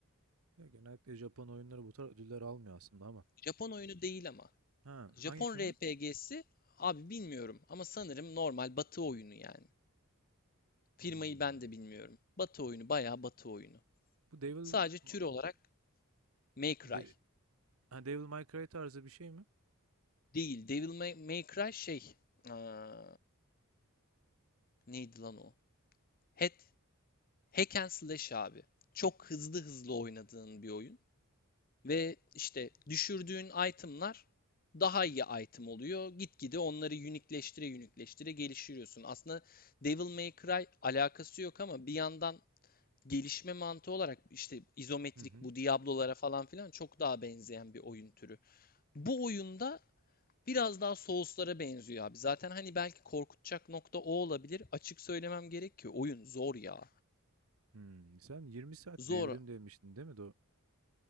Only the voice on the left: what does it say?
Japon oyunu değil ama.
Japon
RPG'si abi bilmiyorum ama sanırım normal batı oyunu yani. Firmayı
ben de bilmiyorum. Batı oyunu bayağı batı oyunu.
Sadece tür
olarak May Cry
değil. Devil May, May Cry şey. Aa, neydi lan o? Hat Hack and slash abi. Çok hızlı hızlı oynadığın bir oyun. Ve işte düşürdüğün itemlar daha iyi item oluyor. Gitgide onları unikleştire unikleştire geliştiriyorsun. Aslında Devil May Cry alakası yok ama bir yandan gelişme mantığı olarak işte izometrik
bu Diablo'lara falan filan çok daha benzeyen bir oyun türü. Bu oyunda biraz daha Souls'lara benziyor abi. Zaten hani belki korkutacak nokta o olabilir. Açık söylemem gerek ki oyun zor ya.
Zor.